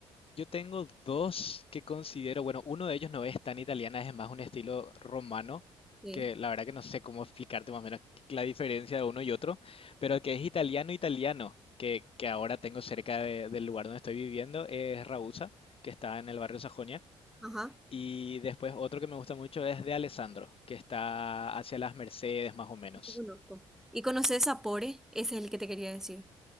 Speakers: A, on the left; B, in the centre.
A: Yo tengo dos que considero, bueno, uno de ellos no es tan italiana, es más un estilo romano,
B: Sí.
A: que la verdad que no sé cómo explicarte más o menos la diferencia de uno y otro, pero que es italiano italiano, que, que ahora tengo cerca de- del lugar donde estoy viviendo, es Rabusa, que está en el barrio Sajonia.
B: Ajá.
A: Y después otro que me gusta mucho es de Alessandro, que está hacia las Mercedes más o menos.
B: ese conozco. ¿Y conoces Sapore? Ese es el que te quería decir.